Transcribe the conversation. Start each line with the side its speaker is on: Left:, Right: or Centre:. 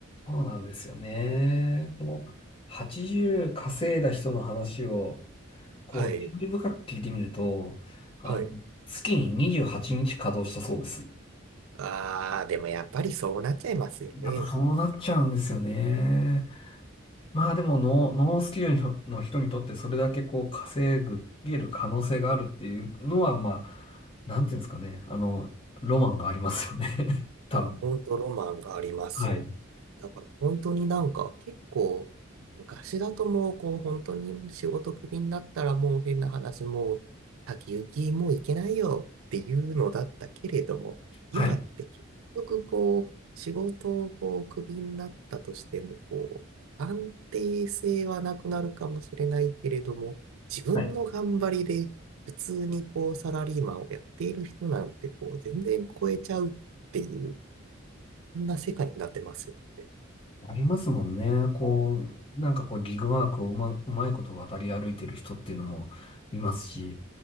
Left: そうなんですよね。この80稼いだ人の話を、こう、
Right: はい。
Left: 注意深く聞いてみると、あの、
Right: はい。
Left: 月に28日稼働したそうです。
Right: あー、でもやっぱりそうなっちゃいますよね。
Left: やっぱそうなっちゃうんですよね。まあでもノー、ノースキルのの人にとってそれだけこう稼ぐ、げる可能性があるっていうのは、まあ、なんていうんですかね。あの、ロマンがありますよね。<laughs> 多分。
Right: いや、本当ロマンがあります。
Left: はい。
Right: だから本当になんか結構昔だともうこう本当に仕事クビになったらもう変な話もう先行きもういけないよっていうのだったけれども今って結局こう仕事をこうクビになったとしてもこう安定性はなくなるかもしれないけれども自分の頑張りで普通にこうサラリーマンをやっている人なんてこう全然超えちゃうっていう
Left: はい。はい。
Right: こんな世界になってますよね。
Left: ありますもんね。こう、なんかこうギグワークをうま、うまいこと渡り歩いてる人っていうのもいますし、